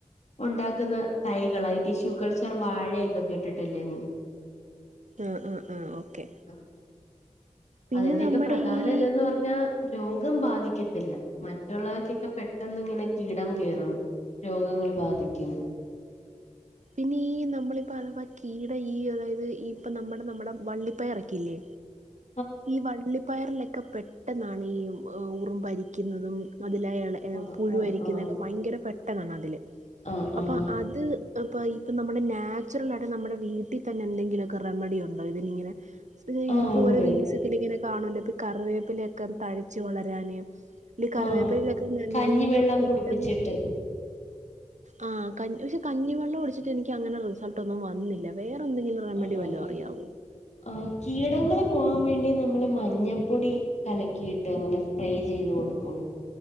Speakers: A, on the left; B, on the right.
A: ഉണ്ടാക്കുന്ന തൈകളാ ഈ ടിഷ്യൂ കൾച്ചർ വാഴയൊക്കെ കേട്ടിട്ടല്ലേ നീ
B: ആഹ് ആഹ് ആഹ് ഓക്കെ
A: ആ
B: പിന്നെ
A: അതിന്റെക്കെ
B: നമ്മുടെ
A: പ്രധാന
B: ഈ
A: ഇതെന്ന് പറഞ്ഞ ഞ രോഗം ബാധിക്കത്തില്ല മറ്റുള്ളവർക്കൊക്കെ പെട്ടന്ന് ഇങ്ങനെ കീടം കയറും രോഗങ്ങള് ബാധിക്കും
B: പിന്നെ ഈ നമ്മളിപ്പോ അഥവാ കീടം ഈ അതായത് ഇപ്പ നമ്മുടെ നമ്മുടെ വള്ളിപ്പയറൊക്കെയില്ലേ
A: ഉ
B: ഈ വള്ളി പയറിലൊക്കെ പെട്ടെന്നാണ് ഈ ഉറുമ്പ് അരിക്കുന്നതും അതില <unintelligible>
A: ആഹ്
B: പുഴുവരിക്കുന്നൊക്കെ
A: ആഹ് ആഹ്
B: ഭയങ്കര പെട്ടെന്നാണ് അതില്
A: ആഹ്
B: അപ്പൊ
A: ആഹ്
B: അത് ഇപ്പൊ ഇപ്പ നമ്മുടെ നാച്ചുറൽ ആയിട്ട് നമ്മുടെ വീട്ടിൽ തന്നെ എന്തെങ്കിലൊക്കെ റെമഡി ഉണ്ടോ ഇതിനിങ്ങനെ ഇതാ
A: ആഹ്
B: ഇപ്പോ
A: ഉണ്ട്
B: ഓരോ വീഡിയോസിലൊക്കെ ഇങ്ങനെ കാണല്ലോ ഈ കറിവേപ്പിലൊക്കെ ത ഴച്ചു വളരാന് കറിവേപ്പിലയിലൊക്കെ
A: ആഹ് കഞ്ഞിവെള്ളം
B: നല്ല പെട്ടെന്ന്
A: പുളിപ്പിച്ചിട്ട്
B: ആഹ് കഞ്ഞി പക്ഷെ കഞ്ഞി വെള്ളം ഒഴിച്ചിട്ട്‌ എനിക്ക് അങ്ങനെ റിസൾട്ട് ഒന്നും വന്നില്ല വേറെ എന്തെങ്കിലും റെമഡി
A: ആണല്ലേ
B: വല്ലോ അറിയാവോ
A: ആ കീടങ്ങള് പോകാൻ വേണ്ടി നമ്മള് മഞ്ഞപ്പൊടി കലക്കിയിട്ട് അങ്ങനെ സ്പ്രേ ചെയ്ത് കൊടുക്കും